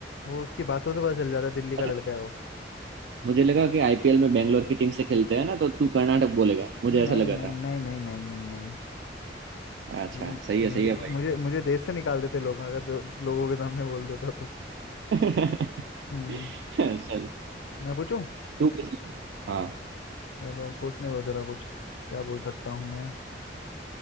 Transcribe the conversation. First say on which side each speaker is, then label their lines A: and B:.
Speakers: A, on the left (about 75°); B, on the right (about 70°).
A: वो उसकी बातों से पता चल जाता है दिल्ली का
B: अच्छा
A: लड़का है वो
B: मुझे लगा कि आईपीएल में बेंगलोर की टीम से खेलते हैं ना तो तू कर्नाटक बोलेगा मुझे
A: नहीं
B: ऐसा लगा
A: नहीं
B: था
A: नहीं नहीं नहीं नहीं नहीं
B: अच्छा
A: हम्म,
B: सही है
A: मुझे
B: सही है
A: मुझे मुझे देश से निकाल देते लोग अगर तो लोगों के सामने बोल देता तो
B: भाई <laughs>
A: हम्म,
B: चल
A: मैं पूछूं
B: तू पूछ ले। हाँ
A: चलो सोचने दो जरा कुछ क्या बोल सकता हूँ मैं